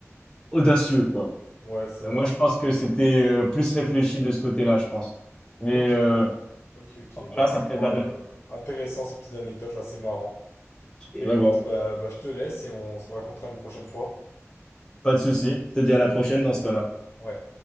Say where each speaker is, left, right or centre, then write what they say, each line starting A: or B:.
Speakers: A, on the left (about 15°); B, on the left (about 55°).
A: audacieux, quoi.
B: Ouais, c'est
A: Euh,
B: vrai.
A: Moi, je pense que c'était euh, plus réfléchi de ce côté-là, je pense. Mais
B: Ok,
A: euh,
B: ok, ok. Bon,
A: voilà,
B: franchement,
A: ça me fait de la
B: euh, intéressant ces petites anecdotes là, c'est marrant.
A: Vraiment.
B: Écoute, bah, bah je te laisse et on se racontera une prochaine fois.
A: Pas de souci. Je te dis à la prochaine dans ce cas-là.
B: Ouais.